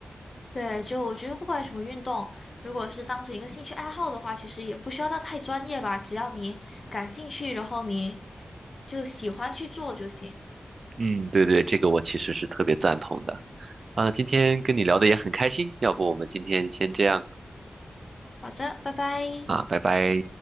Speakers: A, on the left; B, on the right.
A: 对，就我觉得不管什么运动，如果是当成一个兴趣爱好的话，其实也不需要到太专业吧，只要你感兴趣，然后你就喜欢去做就行。
B: 嗯，对对，这个我其实是特别赞同的。啊，今天跟你聊的也很开心，要不我们今天先这样
A: 好的，拜拜。
B: 啊，拜拜。